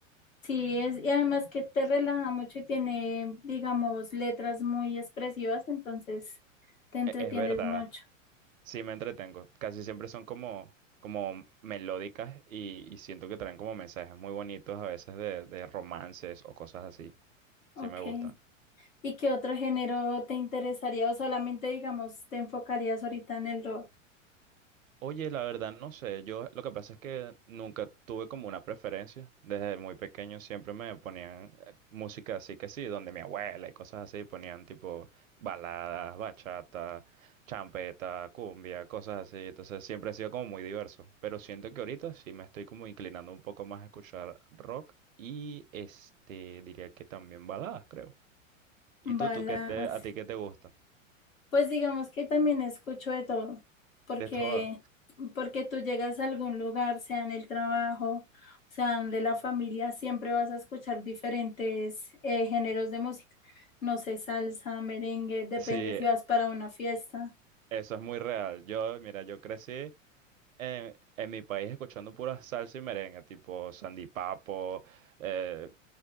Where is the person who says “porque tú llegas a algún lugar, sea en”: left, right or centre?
Left